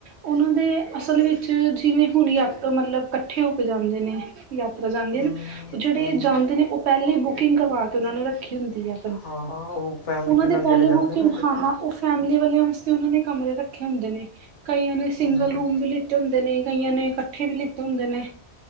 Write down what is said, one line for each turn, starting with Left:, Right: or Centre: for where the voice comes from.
Right: ਉਹਨਾਂ ਦੇ ਅਸਲ ਵਿੱਚ ਜਿਵੇਂ ਹੁਣ ਆਪ ਮਤਲਬ ਇਕੱਠੇ ਹੋ ਕੇ ਜਾਂਦੇ ਨੇ। ਯਾਤਰਾ ਜਾਂਦੇ
Left: ਹੂੰ
Right: ਨੇ ਉਹ ਜਿਹੜੇ
Left: ਹੂੰ ਹੂੰ
Right: ਜਾਂਦੇ ਨੇ ਉਹ ਪਹਿਲਾਂ ਹੀ ਬੁਕਿੰਗ ਕਰਵਾ ਕੇ ਉਹਨਾਂ ਨੇ ਰੱਖੀ ਹੁੰਦੀ ਆ।
Left: ਹਾਂ ਹਾਂ, ਉਹ ਫੈਮਿਲੀ
Right: ਉਹਨਾਂ ਦੇ
Left: ਨਾਲ
Right: ਪਹਿਲੇ
Left: ਜਿਹੜੇ ਜਾਂਦੇ
Right: ਬੂਕਿੰਗ
Left: ਨਾ ਇਕੱਠੇ
Right: ਹਾਂ ਹਾਂ ਉਹ ਫੈਮਿਲੀ ਵਾਲਿਆਂ ਵਾਸਤੇ ਉਹਨਾਂ ਨੇ ਕਮਰੇ ਰੱਖੇ ਹੁੰਦੇ ਨੇ। ਕਈਆਂ ਨੇ
Left: ਕਿੰਨੇ ਹੁੰਦੇ
Right: ਸਿੰਗਲ
Left: ਨੇ।
Right: ਰੂਮ ਵੀ ਲਿੱਤੇ ਹੁੰਦੇ ਨੇ ਕਈਆਂ ਨੇ ਇਕੱਠੇ ਵੀ ਲਿੱਤੇ ਹੁੰਦੇ ਨੇ।